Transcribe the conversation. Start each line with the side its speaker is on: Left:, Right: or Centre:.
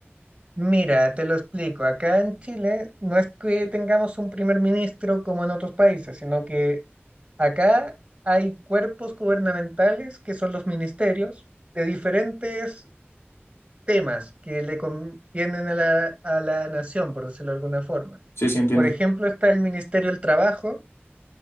Right: Mira, te lo explico, acá en Chile no es que tengamos un primer ministro como en otros países, sino que Acá hay cuerpos gubernamentales que son los ministerios de diferentes temas que le convienen a la, a la nación, por decirlo de alguna forma.
Left: Sí, sí, entiendo.
Right: Por ejemplo, está el Ministerio del Trabajo,